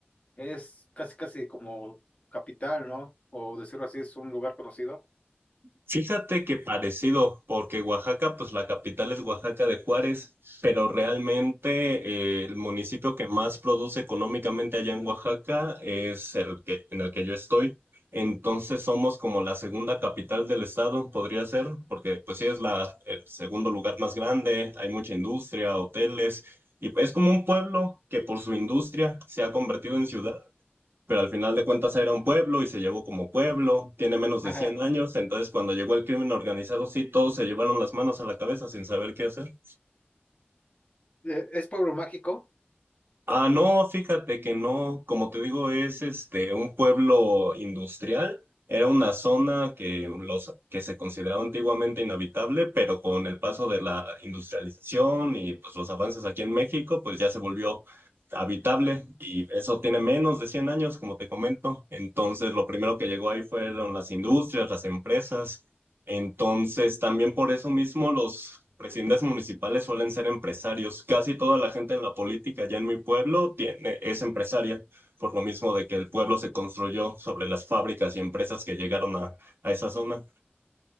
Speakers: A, on the left; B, on the right.
A: es casi casi como capital, ¿no? O decirlo así, es un lugar conocido.
B: Fíjate que parecido, porque Oaxaca, pues la capital es Oaxaca de Juárez, pero realmente eh, el municipio que más produce económicamente allá en Oaxaca es el que, en el que yo estoy. Entonces somos como la segunda capital del estado, podría ser, porque pues sí es la, el segundo lugar más grande, hay mucha industria, hoteles, y es como un pueblo que por su industria se ha convertido en ciudad pero al final de cuentas era un pueblo y se llevó como pueblo, tiene menos de
A: Ajá.
B: cien años, entonces cuando llegó el crimen organizado, sí, todos se llevaron las manos a la cabeza sin saber qué hacer.
A: Eh, Es pueblo mágico.
B: Ah, no, fíjate que no, como te digo, es este un pueblo industrial. Era una zona que los que se consideraba antiguamente inhabitable, pero con el paso de la industrialización y pues los avances aquí en México, pues ya se volvió habitable y eso tiene menos de 100 años, como te comento. Entonces, lo primero que llegó ahí fueron las industrias, las empresas entonces, también por eso mismo los presidentes municipales suelen ser empresarios. Casi toda la gente en la política ya en mi pueblo tiene, es empresaria, por lo mismo de que el pueblo se construyó sobre las fábricas y empresas que llegaron a, a esa zona.